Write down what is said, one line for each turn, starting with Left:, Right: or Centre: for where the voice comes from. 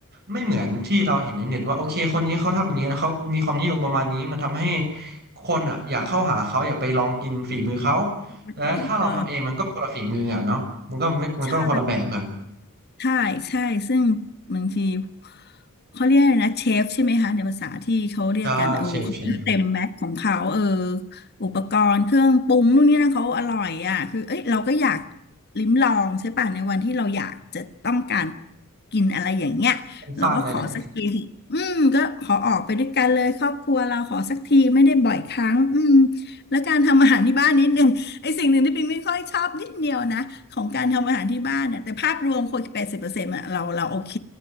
Right: ไม่เหมือนที่เราเห็นในเน็ตว่าโอเคคนนี้เขาทำอย่างนี้นะเขามีความนิยมประมาณนี้มันทำให้คนอ่ะอยากเข้าหาเขาอยากไปลองกินฝีมือเขา
Left: ใช่ก็
Right: และถ้าเราทำเองมันก็คนละฝีมืออ่ะเนาะมันก็ไม่มันก็คนละแบบกัน
Left: ใช่ ใช่ใช่ซึ่งบางทีเขาเรียกอะไรนะเชฟใช่ไหมคะในภาษาที่เขาเรียกกันเออเขาเต็มแม็กของเขาเออ
Right: ใช่เชฟเชฟ
Left: อุปกรณ์เครื่องปรุงนู่นนี่นั่นเขาอร่อยอ่ะคือเอ้ยเราก็อยากลิ้มลองใช่ป่ะในวันที่เราอยากจะต้องการกินอะไรอย่างเงี้ยเราก็ขอสักทีสิอืมก็ขอออกไปด้วยกันเลยครอบครัวเราขอสักทีไม่ได้บ่อยครั้งอืม
Right: สร้างเลยแหละ
Left: แล้วการทำอาหารที่บ้านนิดนึง ไอสิ่งหนึ่งที่ปิงไม่ค่อยชอบนิดเดียวนะของการทำอาหารที่บ้านน่ะแต่ภาพรวมคนแปดสิบเปอร์เซ็นต์อะเราเราโอเค